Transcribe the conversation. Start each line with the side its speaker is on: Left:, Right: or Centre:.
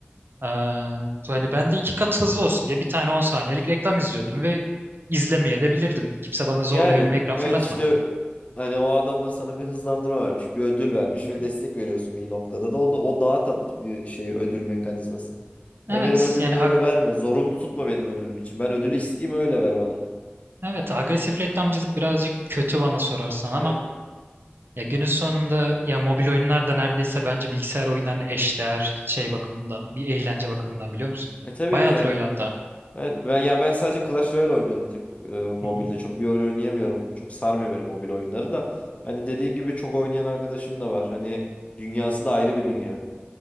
Right: Ee, hani ben de iki kat hızlı olsun diye bir tane 10 saniyelik reklam izliyordum ve izlemeye de bilirdim. Kimse bana
Left: Yani
Right: zorla önüme ekran
Left: evet
Right: fırlatmadı.
Left: işte hani o adam da sana bir hızlandırma vermiş, bir ödül vermiş
Right: Hı hı.
Left: ve destek veriyorsun bir noktada da o, da, o daha tatlı bir şey ödül mekanizması. Hani
Right: Evet
Left: benim ödülümü
Right: yani
Left: öyle
Right: ag-
Left: verme, zorunlu tutma benim ödülüm için. Ben ödülü isteyeyim öyle ver bana.
Right: evet agresif reklamcılık birazcık kötü bana sorarsan ama
Left: Evet.
Right: ya günün sonunda ya mobil oyunlar da neredeyse bence bilgisayar oyunlarına eşdeğer şey bakımından bir eğlence bakımından biliyor musun?
Left: E tabii
Right: Bayağıdır
Left: ki yani
Right: öyle hatta.
Left: evet ben yani ben sadece Clash Royale oynuyorum tek e, mobilde.
Right: Hı hı.
Left: Çok bir oyun oynayamıyorum. Çok sarmıyor beni mobil oyunları da. Hani dediğin gibi çok oynayan arkadaşım da var. Hani dünyası da ayrı bir dünya.